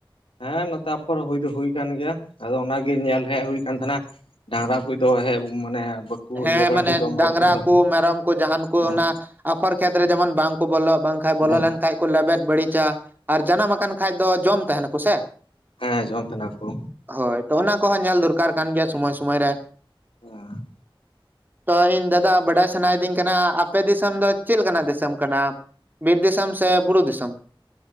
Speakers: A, on the left; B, on the right.
A: ᱦᱮᱸ ᱱᱚᱛᱮ ᱟᱯᱷᱚᱨ ᱦᱩᱭ ᱫᱚ ᱦᱩᱭ ᱠᱟᱱ ᱜᱮᱭᱟ ᱟᱫᱚ ᱚᱱᱟᱜᱮ ᱧᱮᱞ ᱦᱮᱜ ᱦᱩᱭ ᱠᱟᱱ ᱛᱟᱦᱮᱸᱱᱟ ᱰᱟᱝᱨᱟ ᱠᱩᱡ ᱫᱚ ᱦᱮᱜ ᱢᱟᱱᱮ
B: ᱦᱮᱸ
A: ᱤᱭᱟᱹ ᱵᱟᱲᱟᱭ
B: ᱢᱟᱱᱮ
A: ᱛᱮ ᱡᱚᱢ ᱵᱟᱲᱟᱭ
B: ᱰᱟᱝᱨᱟ
A: ᱫᱟᱠᱚ ᱛᱚ
B: ᱠᱩ ᱢᱮᱨᱚᱢ ᱠᱚ ᱡᱟᱦᱟᱱ ᱠᱚ
A: ᱦᱮᱸ
B: ᱚᱱᱟ ᱟᱯᱷᱚᱨ ᱠᱷᱮᱛᱨᱮ ᱡᱮᱢᱚᱱ ᱵᱟᱝᱠᱚ ᱵᱚᱞᱚ ᱵᱟᱝᱠᱷᱟᱡ ᱵᱚᱞᱚ
A: ᱵᱚᱝ
B: ᱞᱮᱱ ᱠᱷᱟᱡ ᱠᱚ ᱞᱮᱵᱮᱫ ᱵᱟᱹᱲᱤᱪᱟ ᱟᱨ ᱡᱟᱱᱟᱢ ᱟᱠᱟᱱ ᱠᱷᱟᱡ ᱫᱚ ᱡᱚᱢ ᱛᱟᱦᱮᱱᱟᱠᱚ ᱥᱮ?
A: ᱦᱮᱸ ᱡᱚᱢ ᱛᱟᱦᱮᱱᱟ ᱠᱩ᱾
B: ᱦᱳᱭ ᱛᱚ ᱚᱱᱟ ᱠᱚᱦᱚᱸ ᱧᱮᱞ ᱫᱚᱨᱠᱟᱨ ᱠᱟᱱ ᱜᱮᱭᱟ ᱥᱳᱚᱢᱚᱭ ᱥᱳᱢᱚᱭ ᱨᱮ᱾
A: ᱟ
B: ᱛᱚ ᱤᱧ ᱫᱟᱫᱟ ᱵᱟᱰᱟᱭ ᱥᱟᱱᱟᱭᱤᱫᱤᱧ ᱠᱟᱱᱟ ᱟᱯᱮ ᱫᱤᱥᱚᱢ ᱫᱚ ᱪᱮᱫ ᱞᱮᱠᱟᱱᱟᱜ ᱫᱤᱥᱚᱢ ᱠᱟᱱᱟ? ᱵᱤᱨ ᱫᱤᱥᱚᱢ ᱥᱮ ᱵᱩᱨᱩ ᱫᱤᱥᱚᱢ?